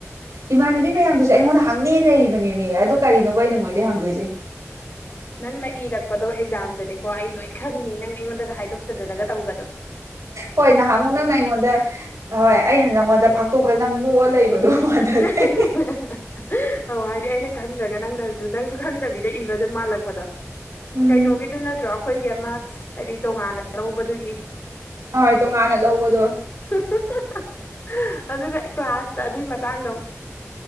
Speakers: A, on the right; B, on the left.
A: ꯏꯃꯥꯟꯅꯕꯤ ꯃꯌꯥꯝꯗꯨꯁꯨ ꯑꯩꯉꯣꯟꯗ ꯍꯪꯅꯤꯅ ꯂꯩꯔꯤꯕꯅꯦꯕ ꯑꯗꯨ ꯀꯔꯤꯅꯣꯕ ꯑꯩꯅ ꯃꯣꯏꯗꯩ ꯍꯪꯗꯣꯏꯁꯦ꯫
B: ꯅꯪꯅ ꯏꯔꯛꯄꯗꯣ ꯑꯦꯛꯖꯥꯝꯗꯅꯦꯀꯣ ꯑꯩ ꯂꯣꯏ ꯈꯪꯏ ꯅꯪ ꯑꯩꯉꯣꯟꯗꯒ ꯍꯥꯏꯗꯣꯛꯇꯗꯅꯒ ꯇꯧꯒꯅꯣ꯫
A: ꯍꯣꯏ ꯅꯍꯥꯟꯃꯨꯛ ꯅꯪꯅ ꯑꯩꯉꯣꯟꯗ ꯍꯣꯏ ꯑꯩꯅ ꯅꯪꯉꯣꯟꯗ ꯐꯥꯛꯇꯣꯛꯄꯗ ꯅꯪ ꯅꯣꯛꯑ ꯂꯩꯕꯗꯣ꯫ ꯃꯥꯟꯊꯈꯩ
B: <unintelligible> ꯑꯧ ꯍꯥꯏꯗꯤ ꯑꯩꯅ ꯈꯪꯗ꯭ꯔꯒ ꯅꯪꯅꯁꯨ ꯅꯪꯁꯨ ꯈꯪꯗꯕꯤꯗ ꯏꯕꯗ ꯃꯥꯜꯂꯛꯄꯗꯣ꯫
A: ꯎꯝ
B: ꯀꯩꯅꯣꯒꯤꯗꯣ ꯅꯠꯇ꯭ꯔꯣ ꯑꯩꯈꯣꯏꯒꯤ ꯑꯃ ꯍꯥꯏꯗꯤ ꯇꯣꯉꯥꯟꯅ ꯂꯧꯕꯗꯨꯒꯤ
A: ꯍꯣꯏ ꯇꯣꯉꯥꯟꯅ ꯂꯧꯕꯗꯣ꯫
B: <unintelligible> ꯑꯗꯨꯒ ꯀ꯭ꯂꯥꯁꯇ ꯑꯗꯨꯏ ꯃꯇꯥꯡꯗꯣ